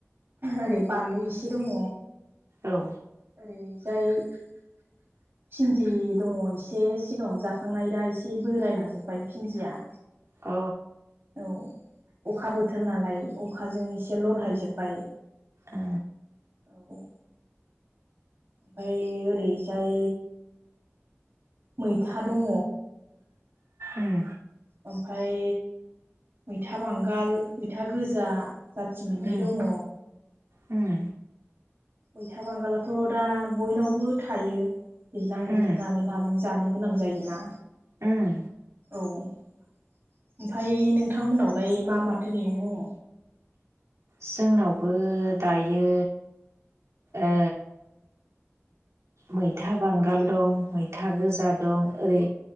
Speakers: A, on the right (about 60°); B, on the right (about 80°).
A: ओरै बानलु इसे दङ।
B: औ।
A: रैजाय। भिन्दि दङ एसे सिगाङावनो जाखांनाय दा एसे बोराय लाजोबबाय भिन्दिया।
B: अ।
A: औ अखा बोथोर नालाय अखाजों एसे लरहायजोब्बाय।
B: अ
A: औ। ओमफाय ओरैजाय मैथा दङ।
B: उम।
A: ओमफाय मैथा बांगाल, मैथा गोजा जाथि मोननै
B: उम
A: दङ।
B: उम
A: मैथा बांगालाथ' दा बयनावबो थायो। दैज्लां बोथोर
B: उम
A: नालाय नाजों जानो गोनां जायोना।
B: उम
A: औ। ओमफाय नोंथांमोननावलाय मा माथो मैगं दङ?
B: जोंनावबो दायो ओ मैथा बांगाल दं, मैथा गोजा दं, ओरै